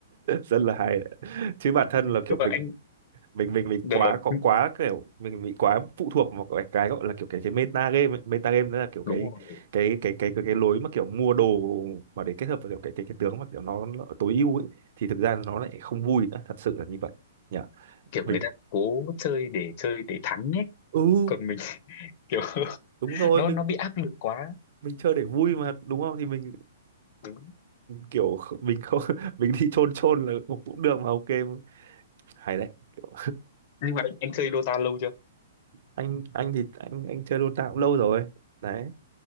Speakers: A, on the right (about 60°); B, on the left (about 45°).
A: rất là hay đấy. chứ bản thân là kiểu
B: nhưng
A: mình
B: mà anh
A: mình mình mình
B: dạ
A: quá
B: vâng
A: có quá kiểu mình bị quá phụ thuộc vào cái, cái gọi là kiểu cái cái meta game ấy. meta game đó là kiểu cái
B: đúng rồi
A: cái cái cái cái, cái lối mà kiểu mua đồ mà để kết hợp với kiểu cái cái cái tướng mà kiểu nó, nó tối ưu ấy thì thực ra nó lại không vui nữa thật sự là như vậy nhỉ
B: kiểu
A: mình
B: người ta cố chơi để chơi để thắng ấy
A: ừ
B: còn mình <laughs> kiểu
A: đúng rồi
B: nó
A: mình
B: nó bị áp lực quá
A: mình chơi để vui mà đúng không thì mình
B: đúng
A: kiểu kh- mình không <laughs> mình đi chôn chôn là cũng cũng được mà ok hay đấy kiểu,
B: nhưng mà anh, anh chơi Dota lâu chưa
A: anh anh thì anh anh chơi Dota cũng lâu rồi đấy